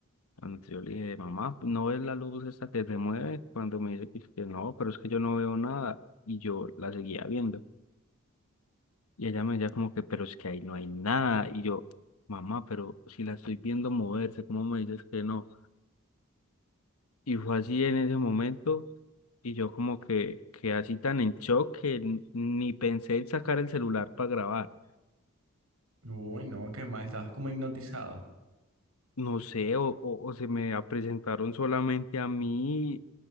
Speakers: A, on the left (about 90°); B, on the right (about 75°).
A: Cuando yo le dije, mamá, ¿no ves la luz esta que se mueve? Cuando me dice que, que no, pero es que yo no veo nada. Y yo la seguía viendo. Y ella me decía como que, pero es que ahí no hay nada. Y yo, mamá, pero si la estoy viendo moverse, ¿cómo me dices que no? Y fue así en ese momento, y yo como que, que así tan en shock que n- ni pensé en sacar el celular para grabar.
B: Uy, no, qué mal, estabas como hipnotizado.
A: No sé, o, o, o se me a- presentaron solamente a mí,